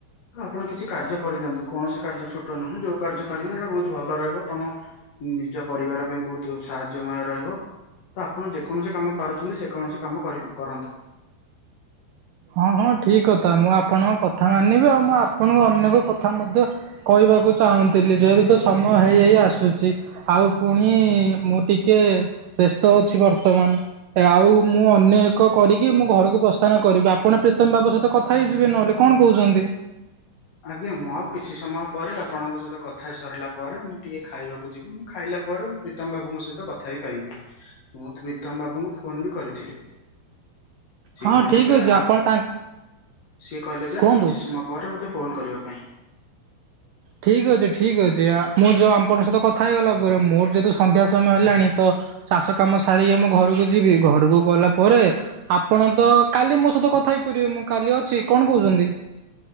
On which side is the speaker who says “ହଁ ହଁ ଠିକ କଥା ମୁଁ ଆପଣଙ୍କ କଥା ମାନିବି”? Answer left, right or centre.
Right